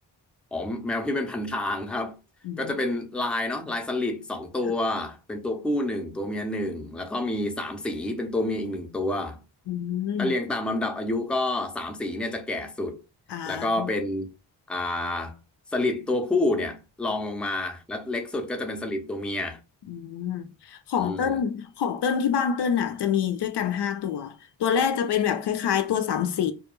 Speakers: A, in the centre; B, on the left.
A: อ๋อแมวพี่เป็นพันทางครับ
B: อืม
A: ก็จะเป็นลายเนาะลายสลิดสองตัว
B: ค่ะ
A: เป็นตัวผู้หนึ่งตัวเมียหนึ่งแล้วก็มีสามสีเป็นตัวเมียอีกหนึ่งตัว
B: อืม
A: ถ้าเรียงตามลำดับอายุก็สามสีเนี่ยจะแก่สุด
B: อ่า
A: แล้วก็เป็นอ่าสลิดตัวผู้เนี่ยรองลงมาแล้วเล็กสุดก็จะเป็นสลิดตัวเมีย
B: อืมของเติ้นของเติ้นที่บ้านเติ้นอ่ะจะมีด้วยกันห้าตัวตัวแรกจะเป็นแบบคล้ายๆตัวสามสี
A: อืม